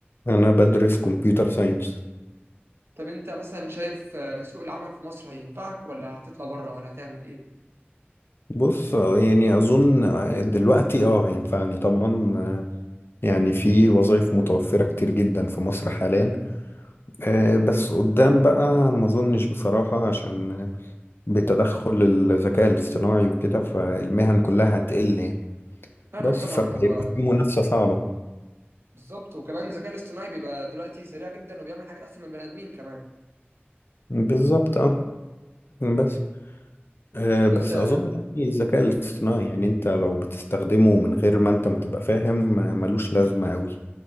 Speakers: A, on the left; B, on the right.
A: انا بدرس كمبيوتر ساينس
B: طب انت مثلا شايف آه، سوق العمل في مصر هينفعك ولا هتطلع بره ولا هتعمل ايه
A: بص آه، يعني اظن آه، دلوقتي اه هينفعني طبعا يعني في وظائف متوفرة كتير جدا في مصر حاليا آه، بس قدام بقى ما اظنش بصراحة عشان بتدخل الذكاء الاصطناعي وكده فالمهن كلها هتقل يعني.
B: فاهمك
A: بس
B: طبعا
A: فهيبقى
B: هو
A: في منافسة صعبة
B: بالظبط وكمان الذكاء الاصطناعي بيبقى دلوقتي سريع جدا وبيعمل حاجات احسن من البني ادمين كمان
A: بالظبط اه بس آه،
B: يعني
A: بس
B: انت
A: اظن يعني الذكاء
B: قول
A: الاصطناعي يعني انت لو بتستخدمه من غير ما انت ما تبقى فاهم آه، ملوش لازمة قوي